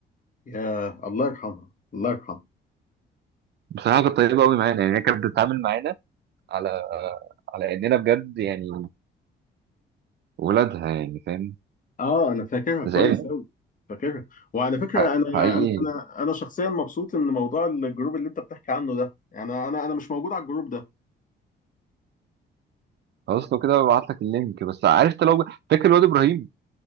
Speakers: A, on the left; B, on the right.
A: يا الله يرحمها الله يرحمها
B: بصراحه كانت طيبه قوي معانا يعني هي كانت بتتعامل معانا على على اننا بجد يعني ولادها يعني فاهم
A: اه انا فاكرها كويس
B: زعلت
A: قوي فاكرها وعلى فكره
B: ح-
A: انا
B: حقيقي
A: انا انا انا شخصيا مبسوط ان موضوع الجروب اللي انت بتحكي عنه ده يعني انا انا مش موجود على الجروب ده
B: خلاص لو كده ببعت لك اللينك بس عرفت لو فاكر الواد ابراهيم